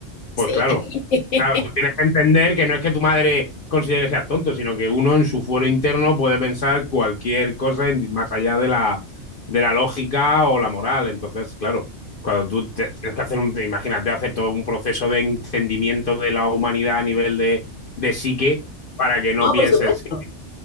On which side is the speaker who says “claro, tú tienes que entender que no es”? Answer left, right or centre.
Left